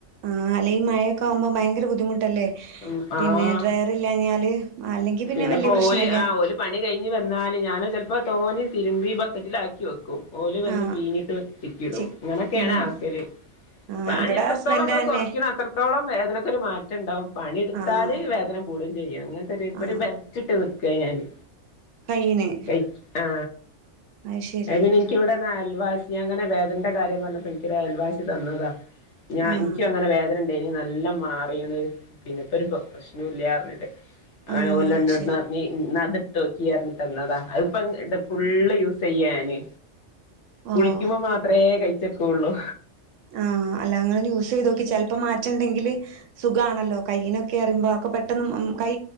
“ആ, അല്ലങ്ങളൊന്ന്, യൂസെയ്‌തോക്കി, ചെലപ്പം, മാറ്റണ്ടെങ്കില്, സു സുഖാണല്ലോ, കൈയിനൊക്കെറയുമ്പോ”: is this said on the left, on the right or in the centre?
Right